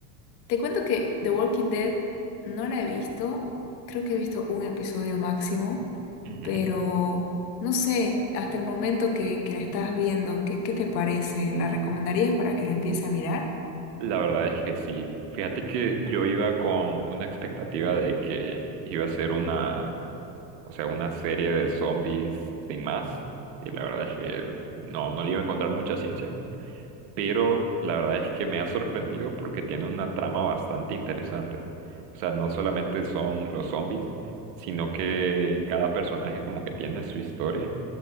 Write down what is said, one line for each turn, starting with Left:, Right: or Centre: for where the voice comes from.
Left: te cuento que The Walking Dead no la he visto. Creo que he visto un episodio máximo,
Right: Ujú.
Left: pero no sé, hasta el momento que, que la estás viendo, ¿qué, qué te parece? ¿La recomendarías para que la empiece a mirar?
Right: La verdad es que sí. Fíjate que yo iba con una expectativa de que iba a ser una O sea, una serie de zombies sin más. Y la verdad es que no, no le iba a encontrar mucha ciencia pero la verdad es que me ha sorprendido porque tiene una trama bastante interesante. O sea, no solamente son los zombies, sino que cada personaje como que tiene su historia